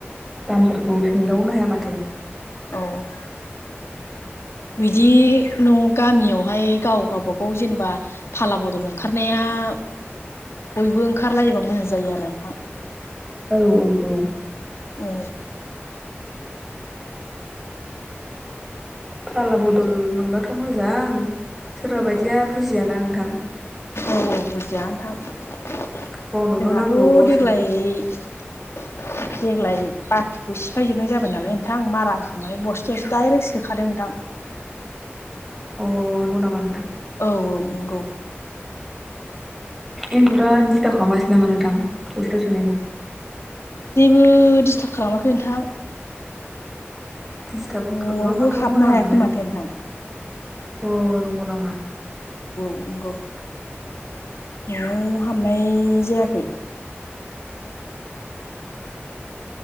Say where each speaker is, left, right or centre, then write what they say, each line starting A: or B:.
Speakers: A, in the centre; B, on the left.
A: दामफोरखौ सोंदावनो हाया माथो।
B: औ बिदि न' गामियावहाय गाव गावबागाव जेनेबा फाला बदल ओंखारनाया आ बयबो ओंखारलायोबा मोजां जायो आरो नोंथां।
A: औ औ औ
B: औ
A: फाला बदल मोनबाथ' मोजां सोरबा बायदिया
B: औ
A: बुजियाना नोंथां।
B: औ औ बजियानोंथां।
A: गावनोल'
B: जोंहाथ'
A: नांगौ गावसोर
B: देग्लाय देग्लाय बाख्रिखौ सिफायजोबनाय जाबाय नालाय नोंथां मारा होखांनानै बस्थायावसो दाइरेक्ट सोखादों नोंथां।
A: अ नंगौ नामा नोंथां।
B: औ औ नंगौ।
A: एन्जरा दिस्थाब खालामगासिनो नामा नोंथां बस्थायाव सोनायखौ
B: जेबो दिस्टाब खालामाखै नोंथां।
A: दिस्टाब
B: न'आवबो
A: खालामाबाथ'
B: हाबनो
A: मोजाङानो।
B: हायाखै माथो नोंथां
A: अ नंगौ नामा
B: अ नंगौ न'आव हाबनाय जायाखै